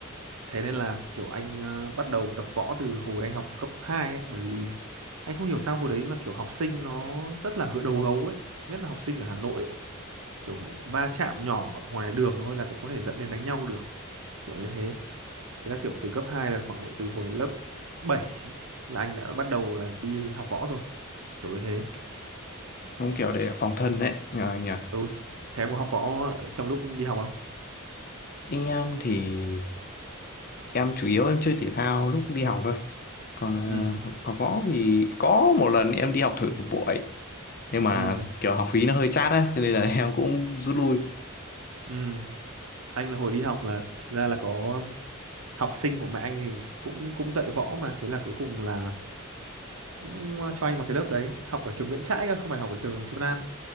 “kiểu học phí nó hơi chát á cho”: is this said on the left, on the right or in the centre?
Left